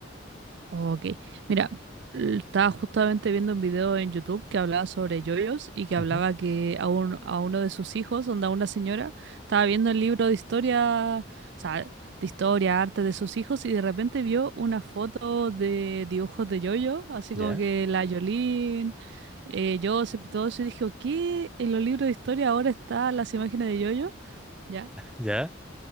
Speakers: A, on the right; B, in the centre.
A: Ok, mira, l- estaba justamente viendo un video en YouTube que hablaba sobre yoyos y que
B: Ujú.
A: hablaba que a, un- a uno de sus hijos, donde a una señora, estaba viendo el libro de historia, o sea, de historia, arte de sus hijos y de repente vio una foto de dibujos de yoyo, así
B: ¿Ya?
A: como que la Yolín, eh, Joseph y todo eso y dijo, ¿qué? En los libros de historia ahora están las imágenes de yoyo, ¿ya?
B: ¿Ya?